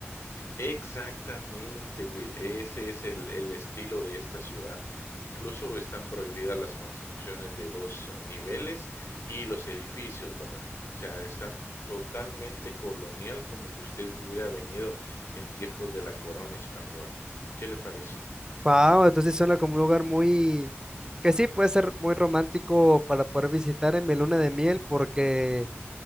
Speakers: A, on the left; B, on the right.
A: Exactamente, Will. Ese es el, el estilo de esta ciudad. Incluso están prohibidas las construcciones de dos niveles y los edificios, ¿verdad? O sea, está totalmente colonial, como que usted hubiera venido en tiempos de la corona española. ¿Qué le parece?
B: Wow, entonces suena como un lugar muy, que sí puede ser muy romántico para poder visitar en mi luna de miel, porque